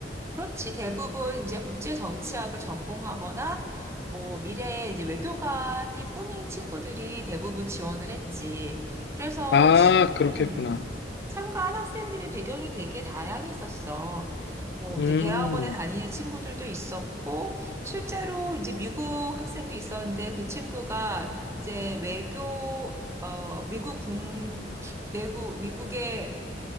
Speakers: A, on the right (about 15°); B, on the left (about 65°).
A: 그렇지. 대부분 이제 국제 정치학을 전공하거나 뭐 미래에 이제 외교관이 꿈인 친구들이 대부분 지원을 했지. 그래서
B: 아,
A: 지,
B: 그렇겠구나.
A: 음, 참가한 학생들의 배경이 되게 다양했었어. 뭐
B: 음,
A: 이제 대학원에 다니는 친구들도 있었고 실제로 이제 미국 학생도 있었는데 그 친구가 이제 외교 어 미국 국 미국 미국의